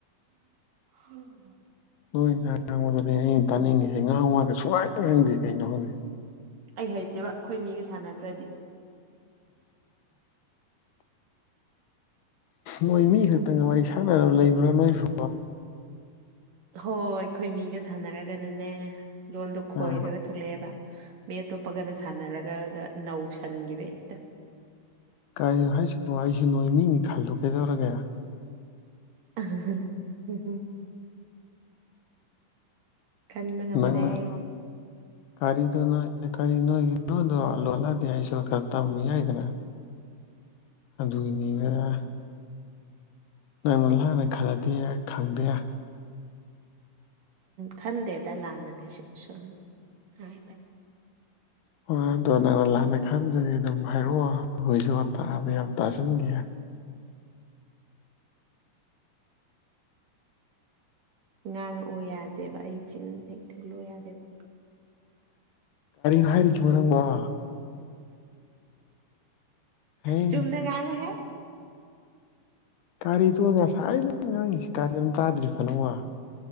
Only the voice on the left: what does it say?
ꯍꯣꯏ ꯉ ꯉꯥꯡꯉꯗꯅꯦ ꯑꯩꯅ ꯇꯥꯅꯤꯡꯉꯤꯁꯦ ꯉꯍ ꯉꯥꯛꯒ ꯁꯨꯃꯥꯏ ꯈꯪꯗꯦ ꯀꯩꯅꯣ ꯍꯪꯗꯦ
ꯃꯣꯏ ꯃꯤ ꯈꯛꯇꯪꯒ ꯋꯥꯔꯤ ꯁꯥꯟꯅꯅꯕ ꯂꯩꯕ꯭ꯔꯥ ꯅꯣꯏꯁꯨ
ꯑ
ꯀꯔꯤꯅꯣ ꯍꯥꯏꯁꯤꯕ ꯑꯩꯁꯤ ꯅꯣꯏ ꯃꯤꯅꯤ ꯈꯜꯂꯣ ꯀꯩꯗꯧꯔꯒꯦ
ꯅꯪꯅ ꯀꯔꯤꯗꯣ ꯅꯣꯏ ꯀꯔꯤ ꯅꯣꯏꯒꯤꯅꯣꯗꯣꯂꯣꯜꯂꯑꯗꯤ ꯑꯩꯁꯨ ꯈꯔ ꯇꯝꯃꯨ ꯌꯥꯏꯗꯅ ꯑꯗꯨꯒꯤꯅꯤ ꯈꯔ ꯅꯪꯅ ꯂꯥꯟꯅ ꯈꯜꯂꯗ ꯈꯪꯗꯦ
ꯍꯣꯏ ꯑꯗꯣ ꯅꯪꯅ ꯂꯥꯟꯅ ꯈꯟꯗꯗꯤ ꯑꯗꯨꯝ ꯍꯥꯏꯔꯛꯑꯣ ꯑꯩꯈꯣꯏꯁꯨ ꯇꯥꯕ ꯌꯥ ꯇꯥꯁꯤꯟꯒꯦ
ꯀꯥꯏꯔꯤ ꯃꯅ ꯋꯥ ꯍꯩ
ꯀꯥꯔꯤꯗꯨꯣ ꯉꯁꯥꯏꯔꯤꯗ ꯉꯥꯡꯉꯁꯤ ꯀꯥꯔꯤ ꯑꯗꯨꯝ ꯇꯥꯗ꯭ꯔꯤ ꯐꯅꯨ ꯋꯥ